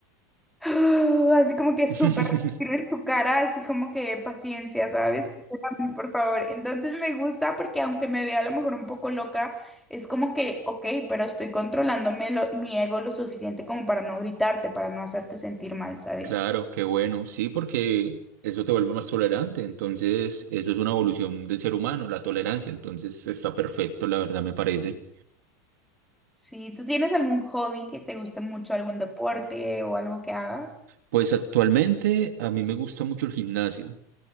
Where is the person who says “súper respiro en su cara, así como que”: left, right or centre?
Centre